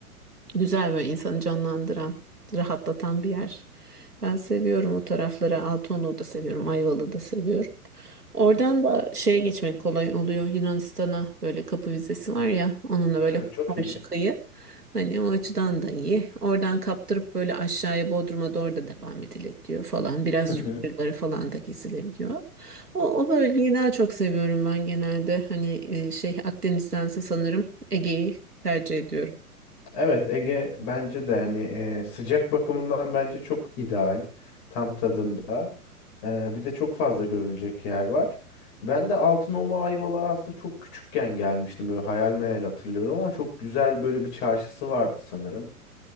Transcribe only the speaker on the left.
Hı, çok
iyi.
Hı hı.
Evet Ege bence de hani e, sıcak bakımından bence çok ideal. Tam tadında. Ee, bir de çok fazla görülecek yer var. Ben de Altınoluk Ayvalık'a aslında çok küçükken gelmiştim. Böyle hayal meyal hatırlıyorum ama çok güzel böyle bir çarşısı vardı sanırım.